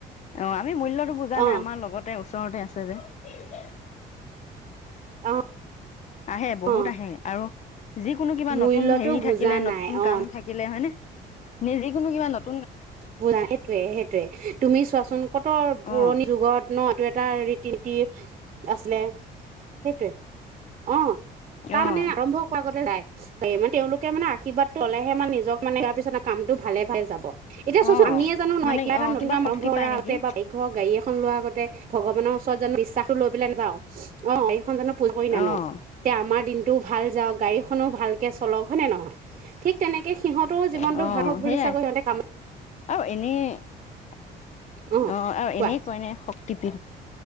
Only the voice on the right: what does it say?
অ
অ',
অ
মূল্যটো
বুজা
নাই অ
বুজা সেইটোয়ে সেইটোয়ে তুমি চোৱাচোন ক'ত পুৰণি
যুগৰ ন ত এটা ৰীতি নীতি আছিলে। সেইটোৱে, অ' তাৰ
মানে আৰম্ভ কৰা আগতে যায় মানে তেওঁলোকে মানে আশীৰ্বাদটো ল'লেহে মানে নিজক মানে ইয়াৰ পিছত কামটো ভালে ভালে যাব। এতিয়া চোৱাচোন
আমিয়ে জানো ন
এটিয়া এটা
নতুন
কাম
আৰম্ভৰ কৰা
আগতে বা বাইক গাড়ী এখন লোৱাৰ আগতে ভগৱানৰ ওচৰত জানো বিশ্বাসো লৈ পেলাই নাযাও অ'এইখন জানো।
<unintelligible> যে আমাৰ দিন টো ভাল যাওক গাড়ীখনো ভালকে চলক হয়নে নহয়। ঠিক তেনেকৈ সিহঁতৰো জীৱনটো
ভাল হওক বুলি
বুলি চাগৈ সি হতে।
অ
কোৱা